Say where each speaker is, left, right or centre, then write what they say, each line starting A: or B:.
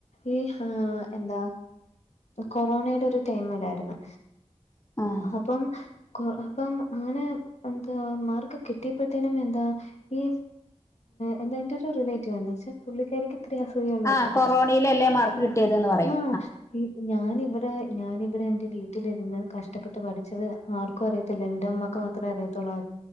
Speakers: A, on the left (about 65°); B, on the left (about 25°).
A: ഈ ആഹ് എന്താ കൊറോണയുടെ ഒരു ടൈമിലായിരുന്നു
B: ആഹ്
A: അപ്പം കൊ അപ്പം അങ്ങനെ എന്താ മാർക്ക് കിട്ടിയപ്പോഴത്തേനും എന്താ ഈ എന്താ എന്റെ ഒരു റിലേറ്റീവ് എന്ന് പക്ഷേ പുള്ളിക്കാരിക്ക് <unintelligible> കൂട്ടത്തില
B: ആഹ് കൊറോണയിലല്ലേ മാർക്ക് കിട്ടിയത്ന്ന് പറയും
A: ആഹ് ഞാൻ ഇവിടെ ഞാനിവിടെ എന്റെ വീട്ടിലിരുന്ന് കഷ്ടപ്പെട്ട് പഠിച്ചത് ആർക്കും അറിയത്തില്ല എന്റെ ഉമ്മാക്ക് മാത്രമേ അറിയത്തുള്ളൂ